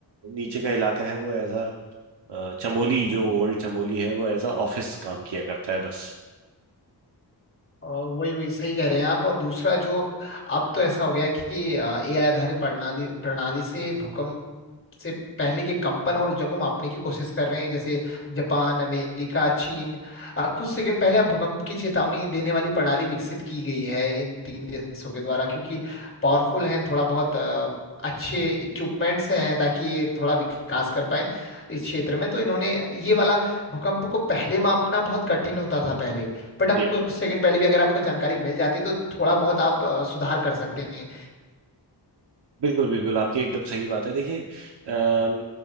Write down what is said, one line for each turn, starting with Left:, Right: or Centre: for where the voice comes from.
Right: नीचे का इलाका है वो ऐसा अ, चमोली जो ओल्ड चमोली है वो ऐसा ऑफिस काम किया करता है बस
Left: अ, वही वही सही कह रहे हैं आप और दूसरा जो अब तो ऐसा हो गया कि एआई आधारित प्रणाली प्रणाली से भूकंप से पहले के कंपन और ऊर्जा को मापने की कोशिश कर रहे हैं जैसे जापान अमेरिका चीन अ, कुछ सेकंड पहले अब भूकंप की चेतावनी देने वाली प्रणाली विकसित की गई है इन तीन देशों के द्वारा क्योंकि पावरफुल हैं थोड़ा बहुत अ, अच्छे इक्विपमेंट्स हैं ताकि ये थोड़ा विकास कर पाए इस क्षेत्र में तो इन्होंने ये वाला भूकंप को पहले मापना बहुत कठिन होता था पहले बट आप
Right: जी
Left: कुछ सेकंड पहले भी अगर आपको जानकारी मिल जाती है तो थोड़ा बहुत आप अ, सुधार कर सकते हैं
Right: बिल्कुल बिल्कुल आपकी एकदम सही बात है देखिए अम,